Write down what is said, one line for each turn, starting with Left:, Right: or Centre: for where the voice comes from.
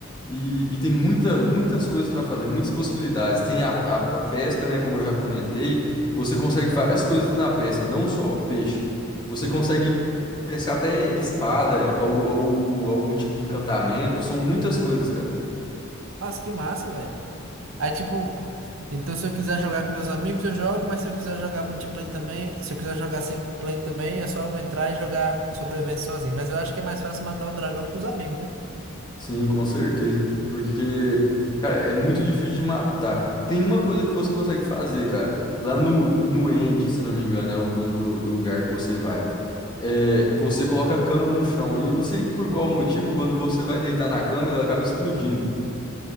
Left: E, e tem muita, muitas coisas para fazer, muitas possibilidades. Tem a, a- a pesca, né? Como eu já comentei, você consegue várias coisas na pesca, não só o peixe. Você consegue pescar até espada, algu- ou algum tipo de encantamento. São muitas coisas, cara.
Right: Nossa, que massa, velho. Aí, tipo, então se eu quiser jogar com meus amigos, eu jogo, mas se eu quiser jogar multiplayer também, se eu quiser jogar single player também, é só eu entrar e jogar sobrevivência sozinho. Mas eu acho que é mais fácil matar o dragão com os amigos, né?
Left: Sim, com certeza. Porque, cara, é muito difícil de matar. Tem uma coisa que você consegue fazer, cara. Lá no, no End, se não me engano, é o nome do, do lugar que você vai. É, você coloca a cama no chão. E eu não sei por qual motivo, quando você vai deitar na cama, ela acaba explodindo.